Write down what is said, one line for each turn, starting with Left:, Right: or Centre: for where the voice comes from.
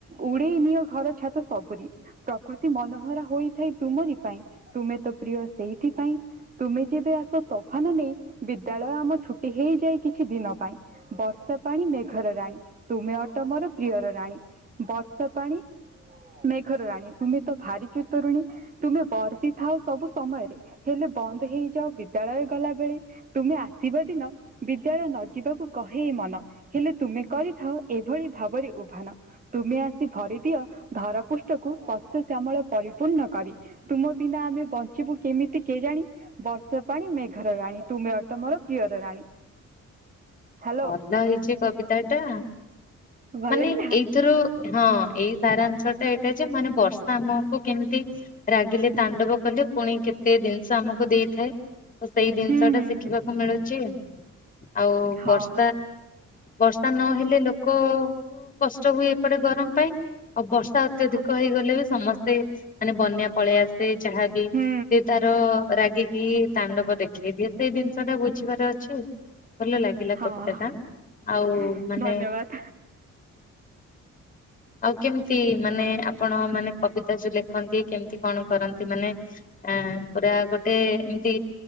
Right: ଉଡେଇ ନିଅ ଘର ଛାତ ସବୁରି ପ୍ରକୃତି ମନୋହରା ହୋଇଥାଏ ତୁମରି ପାଇଁ ତୁମେ ତ ପ୍ରିୟ ସେଇଥିପାଇଁ ତୁମେ ଯେବେ ଆସ ତଫାନ ନେଇ ବିଦ୍ୟାଳୟ ଆମ ଛୁଟି ହେଇଯାଏ କିଛି ଦିନ ପାଇଁ ବର୍ଷା ପାଣି ମେଘର ରାଣୀ ତୁମେ ଅଟ ମୋର ପ୍ରିୟର ରାଣୀ ବାର୍ତ୍ତା ପାଣି ମେଘର ରାଣୀ ତୁମେ ତ ଭାରିଛ ଚୁତୁ ରୁଣୀ। ତୁମେ ବର୍ଷି ଥାଉ ସବୁ ସମୟରେ ହେଲେ ବନ୍ଦ ହେଇଯାଅ ବିଦ୍ୟାଳୟ ଗଲା ବେଳେ। ତୁମେ ଆସିବ ଦିନ। ବିଦ୍ୟାଳୟ ନ ଯିବାକୁ କହେଇ ଏ ମନ ହେଲେ ତୁମେ କରିଥାଅ ଏଭଳି ଭାବରେ ଉଭାନ। ତୁମେ ଆସି ଭରିଦିଅ ଧର ପୃଷ୍ଠକୁ ଶସ୍ୟ ଶ୍ୟାମଳ ପରିପୂର୍ଣ୍ଣ କରି। ତୁମ ବିନା ଆମେ ବଞ୍ଚିବୁ କେମିତି କେଜାଣି? ବର୍ଷ ପାଣିୀ ମେଘର ରାଣୀ ତୁମେ ଅଟ ମୋର ପ୍ରିୟର ରାଣୀ। ହ୍ୟାଲୋ
Left: ଭଲ ହେଇଛି କବିତା ଟା ମାନେ
Right: ଭଲ ଲାଗିଲା
Left: ଏଇ ଏଥିରୁ ହଁ ଏଇ ସାରାଂଶ ଟା ଏଇଟା ଯେ ମାନେ ବର୍ଷା ଆମକୁ କେମିତି ରାଗିଲେ ତାଣ୍ଡବ କଲେ ପୁଣି କେତେ ଜିନିଷ ଆମକୁ ଦେଇଥାଏ। ତ ସେଇ ଜିନିଷ
Right: ହୁଁ
Left: ଟା
Right: ହୁଁ
Left: ଶିଖିବାକୁ ମିଳୁଛି ଆଉ
Right: ହଁ
Left: ବର୍ଷ ବର୍ଷା ନହେଲେ ଲୋକଙ୍କୁ କଷ୍ଟ ହୁଏ ଏପଟେ ଗରମ ପାଇଁ ଆଉ ବର୍ଷା ଅତ୍ୟଧିକ
Right: ହଁ
Left: ହେଇଗଲେ ବି ସମସ୍ତେ ମାନେ ବନ୍ୟା ପଳେଇ ଆସେ ସେ ଯହାବି
Right: ହୁଁ
Left: ସେ ତାର ରାଗି କି ତାଣ୍ଡବ ଦେଖେଇ ଦିଏ ସେଇ ଜିନିଷ ଟା ବୁଝିବାର ଅଛି ଭଲ ଲାଗିଲା
Right: ହଁ
Left: କବି ଏଟା ଆଉ
Right: ଧନ୍ୟବାଦ
Left: ମାନେ ଆଉ କେମତି ମାନେ ଆପଣ ମାନେ କବିତା ଯୋଉ ଲେଖନ୍ତି କେମିତି କଣ କରନ୍ତି ମାନେ ଆଁ ପୁରା ଗୋଟେ ଏମତି